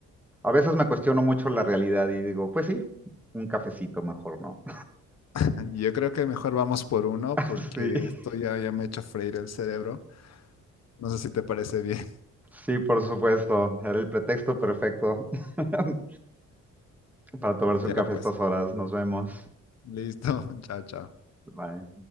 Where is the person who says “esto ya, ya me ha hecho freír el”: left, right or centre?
Left